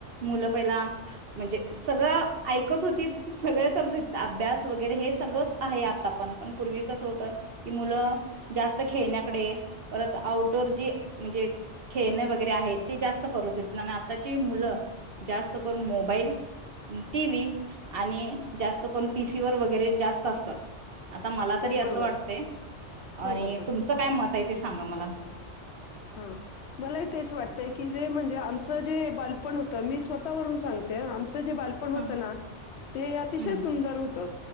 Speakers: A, on the right; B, on the left.
A: मुल म्हणजे सगळ ऐकत होती सग करत अभ्यास व वरे हे सगळंच आहे आता पण पण पूर्वी कसं होत की हे सगळंच आहे पण आता कसं मुलं जास्त खेळण्याकडे परत आउटडोर जी म्हणजे खेळणे वगैरे आहे ते जास्त करत हो आणि आताची मुलं जास्त करून मोबाईल, टीव्ही आणि जास्त करून पीसीवर व वगैरे जास्त असतात तरी
B: हो बरोबर
A: असं वाटतय
B: हो
A: आणि
B: बरोबर
A: तुमचं काय मत आहे ते सांगा मला
B: हा मला तेच वाटतय की जे म्हणज जे आमचं जे बालपण होतं मी स्वतःवरून सांगते. आमचं जे बालपण होत
A: ह
B: ना ते अतिशय
A: हम्म
B: सुंदर होतं.